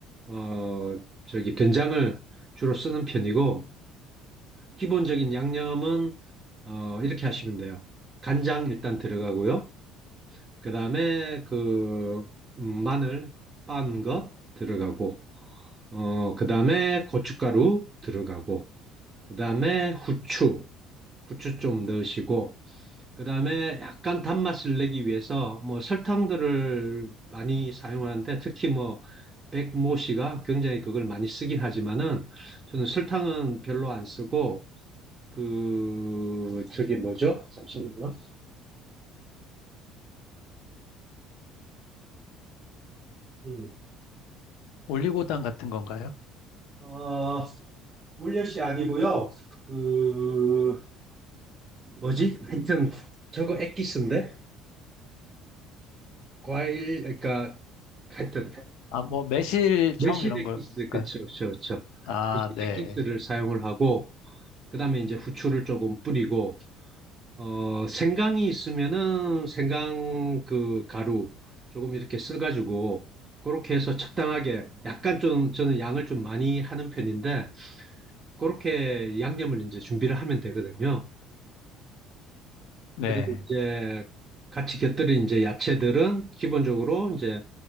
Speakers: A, on the right; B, on the left.
A: 어, 저기 된장을 주로 쓰는 편이고 기본적인 양념은 어, 이렇게 하시면 돼요. 간장 일단 들어가고요. 그 다음에 그 음, 마늘 빤 것 들어가고, 어, 그 다음에 고춧가루 들어가고, 그 다음에 후추, 후추 좀 넣으시고, 그 다음에 약간 단맛을 내기 위해서 뭐 설탕들을 많이 사용하는데 특히 뭐 백모씨가 굉장히 그걸 많이 쓰긴 하지만은 저는 설탕은 별로 안 쓰고 그 저기 뭐죠? 잠시만요. 음.
B: 올리고당 같은 건가요?
A: 어, 울려시 아니고요. 그 뭐지? 하여튼 저거 엑기스인데 과일 그러니까 하여튼
B: 아, 뭐, 매실청
A: 매실
B: 이런
A: 엑기스
B: 걸까요?
A: 그쵸 그쵸 그쵸
B: 아,
A: 매실
B: 네.
A: 엑기스를 사용을 하고 그다음에 이제 후추를 조금 뿌리고 어 생강이 있으면은 생강 그 가루 조금 이렇게 써가지고 그렇게 해서 적당하게 약간 좀 저는 양을 좀 많이 하는 편인데 그렇게 양념을 이제 준비를 하면 되거든요.
B: 네.
A: 그리고 이제 같이 곁들인 이제 야채들은 기본적으로 이제